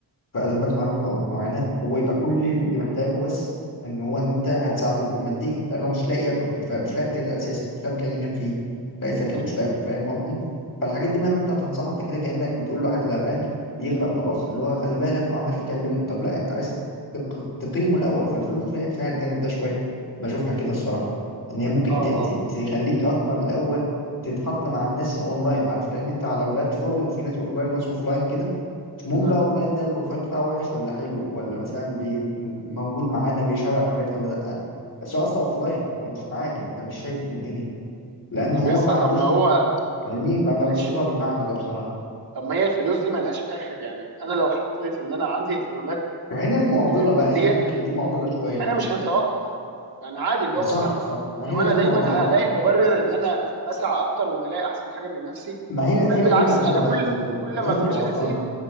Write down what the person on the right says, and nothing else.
مم.
اه
اه
مم.
طب
يس
طب
ما هو
معلش
طب
طب ما هي الفلوس دي ملهاش اخر يعني انا لو حطيت ان انا عندي اهتمامات
آه، ماديه
انا مش هتوقف يعني عادي اللي هو
مثلا
لو
انا
دايما
هلاقي مبرر ان انا اسعى اكتر وان الاقي احسن حاجه من نفسي
بل
بالعكس
انا
كل
كل
ما فلوسي
هتزيد